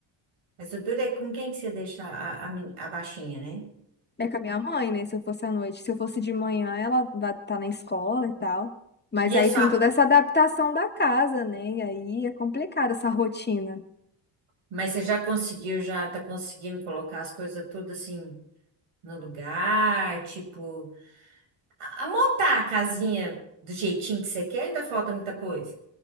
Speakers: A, on the right; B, on the left.
A: Mas o duro é com quem que você deixa a, a, meni- a baixinha, né?
B: É com a minha mãe, né? Se eu fosse à noite. Se eu fosse de manhã, ela vai estar na escola e tal. Mas
A: E é
B: aí
A: só.
B: tem toda essa adaptação da casa, né? E aí é complicado essa rotina.
A: Mas você já conseguiu, já tá conseguindo colocar as coisas tudo assim no lugar, tipo, a a montar a casinha do jeitinho que você quer, ainda falta muita coisa.